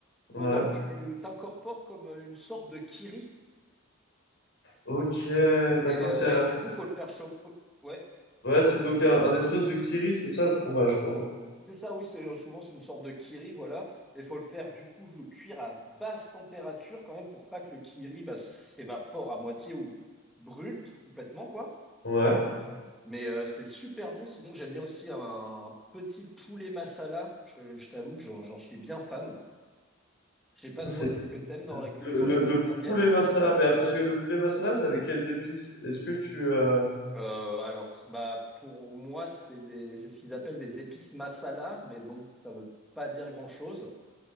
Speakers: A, in the centre; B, on the left.
A: dedans,
B: Ouais.
A: tu t'incorpores comme une sorte de kiri.
B: Ok, d'accord.
A: Et, euh,
B: C'est
A: et
B: un-
A: du
B: c'est-
A: coup, faut le faire chauffer. Ouais.
B: ouais, c'est donc un, un espèce de curry, c'est ça le fromage, quoi.
A: C'est ça, oui, c'est souvent c'est une sorte de kiri, voilà. Il faut le faire du coup le cuire à basse température quand même pour pas que le kiri bah, s'évapore à moitié ou brûle qui- complètement quoi.
B: hein? Ouais.
A: Mais euh, c'est super bon. Sinon, j'aime bien aussi un, un petit poulet masala. Je, je t'avoue que j'en j'en suis bien fan. Je sais pas
B: C'est
A: toi, qu'est-ce que t'aimes dans la cu-
B: le,
A: dans
B: le-
A: la cuisine
B: le
A: indienne?
B: poulet masala, mais ah, parce que le poulet masala, c'est avec quelles épices? Est-ce que tu... euh,
A: Euh, alors, bah pour moi, c'est des c'est ce qu'ils appellent des épices masala, mais bon, ça veut pas dire grand-chose.